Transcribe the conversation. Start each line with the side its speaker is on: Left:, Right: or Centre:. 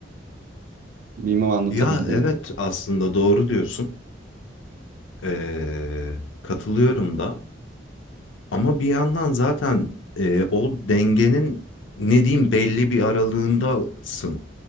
Right: Bilmem anlatabildim
Left: Ya evet
Right: mi?
Left: aslında doğru diyorsun. E, katılıyorum da. Ama bir yandan zaten e, o dengenin ne diyeyim belli bir aralığındasın.